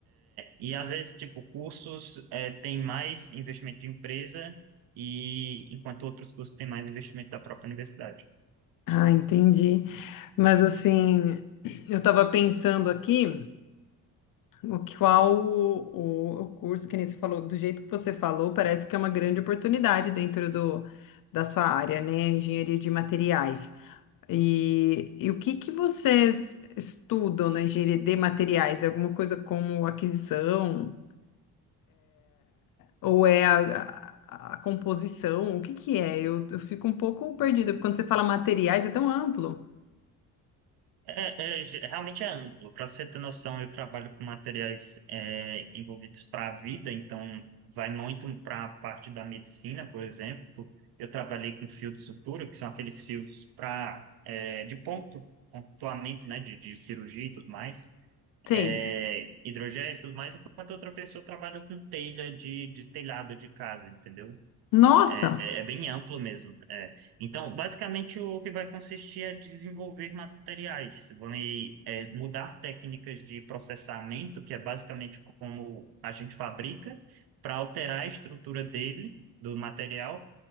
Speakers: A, on the right (about 75°); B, on the left (about 60°).
A: E às vezes, tipo, cursos é, têm mais investimento de empresa e enquanto outros cursos têm mais investimento da própria universidade.
B: Ah, entendi. Mas assim, eu estava pensando aqui, o que- qual o, o, o curso que nem você falou, do jeito que você falou, parece que é uma grande oportunidade dentro do, da sua área, né? Engenharia de materiais. E, e o que que vocês estudam na engenharia de materiais? É Alguma coisa como aquisição? Ou é a, a- a composição? O que que é? Eu, eu fico um pouco perdida, porque quando você fala materiais é tão amplo.
A: É, é, ge- realmente é amplo. Para você ter noção, eu trabalho com materiais é, envolvidos para a vida, então vai muito para a parte da medicina, por exemplo. Eu trabalhei com fio de sutura, que são aqueles fios para de ponto, pontuamento, né, de, de cirurgia e tudo mais.
B: Sim.
A: é, hidrogéis e tudo mais, enquanto outra pessoa trabalha com telha de, de telhado de casa, entendeu?
B: Nossa,
A: É, é bem amplo mesmo. é. Então, basicamente, o que vai consistir é desenvolver materiais, vão e, é, mudar técnicas de processamento, que é basicamente como a gente fabrica, para alterar a estrutura dele, do material,